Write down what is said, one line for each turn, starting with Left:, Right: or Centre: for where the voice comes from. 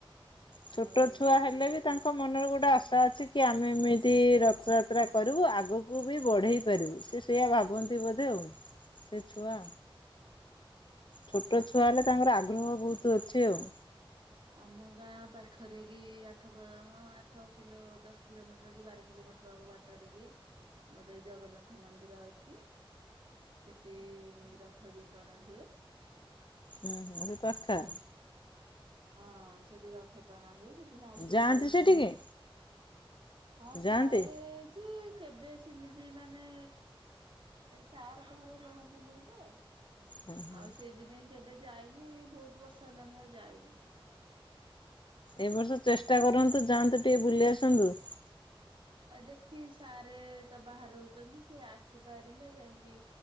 Left: ଛୋଟ
Right: ଆଉ
Left: ଛୁଆ ହେଲେ ବି ତା ଙ୍କ ମନରେ ଗୋଟେ ଆଶା ଅଛି କି ଆମେ ଏମିତି ରଥଯାତ୍ରା କରିବୁ ଆଗକୁ ବି ବଢେଇ ପାରିବୁ। ସେ ସେୟା ଭାବନ୍ତି ବୋଧେ ଆଉ ସେ ଛୁଆ। ଛୋଟ ଛୁଆ ହେଲେ ତାଙ୍କର ଆଗ୍ରହ ବହୁତ ଅଛି ଆଉ।
Right: ଆମ ଗାଁ ପାଖରେ କି ଆଠ ଦ ହଁ ଆଠ କିଲୋ ଦଶ କିଲୋମିଟର କି ବାର କିଲୋମିଟର ହବ ବା ଟରେ କି ଗୋଟେ ଜଗନ୍ନାଥ ମନ୍ଦିର ଅଛି ସେଠି ରଥ ବି ଟଣା ହୁଏ।
Left: ହୁଁ ହୁଁ ସେ ପାଖା
Right: ଆଉ ହଁ ସେଠି ରଥ ଟଣା ହୁଏ। ସେ ମାଉସୀ
Left: ଯାଆନ୍ତି
Right: ଘର ଅଛି।
Left: ସେଠିକି?
Right: ହଁ
Left: ଯାଆନ୍ତି
Right: ଯାଏ ଯେ କେବେ ସେମିତି ମାନେ ସାର୍ ଘରେ ରୁହନ୍ତିନି ତ
Left: ହଁ ହଁ
Right: ଆଉ ସେଇଥିପାଇଁ କେବେ ଯାଇନି। ବହୁତ ବର୍ଷ ହେଲାଣି ଆଉ ଯାଇନି।
Left: ଏ ବର୍ଷ ଚେଷ୍ଟା କରନ୍ତୁ ଯାଆନ୍ତୁ ଟିକେ ବୁଲି ଆସନ୍ତୁ।
Right: ଆଉ ଦେଖି ସାରେ ତ ବାହାରେ ରହୁଛନ୍ତି ସିଏ ଆସିପାରିଲେ ଯାଇକି